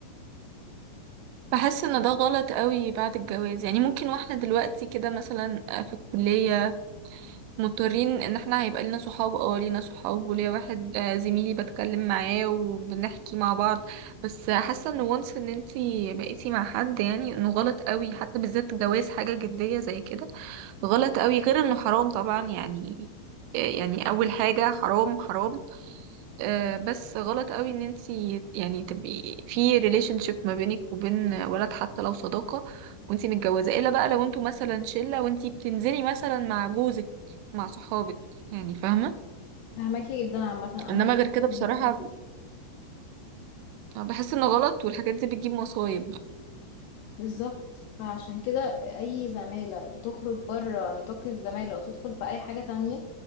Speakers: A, on the right; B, on the left.
A: بحس ان ده غلط قوي بعد الجواز يعني ممكن واحنا دلوقتي كده مثلا آه، في الكلية مضطرين ان احنا هيبقى لينا صحاب اه لينا صحاب وليا واحد آه، زميلي بتكلم معاه وبنحكي مع بعض بس حاسه ان وانس ان انتي بقيتي مع حد يعني انه غلط قوي حتى بالذات جواز حاجه جديه زي كده غلط قوي غير انه حرام طبعا يعني آه، يعني اول حاجه حرام حرام آه، بس غلط قوي ان انتي يعني تبقي في ريليشن شيب ما بينك وبين ولد حتى لو صداقة وانتي متجوزة الا بقى لو انتوا مثلا شلة وانتي بتنزلي مثلا مع جوزك مع صحابك يعني فاهمة
B: فاهماكي جدا عامة
A: انما
B: انا معاكي
A: غير كده
B: في
A: بصراحة
B: النقطة دي
A: بحس انه غلط والحاجات دي بتجيب مصايب بقى
B: بالظبط فعشان كده اي زمالة بتخرج بره نطاق الزمالة وتدخل في اي حاجة تانية